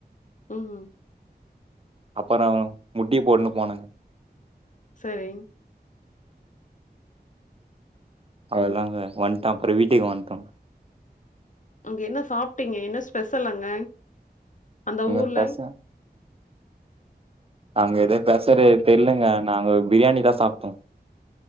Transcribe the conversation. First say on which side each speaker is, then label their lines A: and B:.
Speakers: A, on the left (about 50°); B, on the right (about 35°).
A: ம் ம்
B: அப்பற முட்டி போட்னு போனங்க
A: சரிங்
B: அவள்தாங்க வன்ட்டே அப்புற வீட்டுக்கு வன்ட்டோ
A: அங்க என்ன சாப்ட்டீங்க என்ன ஸ்பெஷல் அங்க அந்த
B: எங்க
A: ஊர்ல
B: பச அங்க எதோ பெசலு தெர்லங்க நாங்க பிரியாணி தா சாப்ட்டோ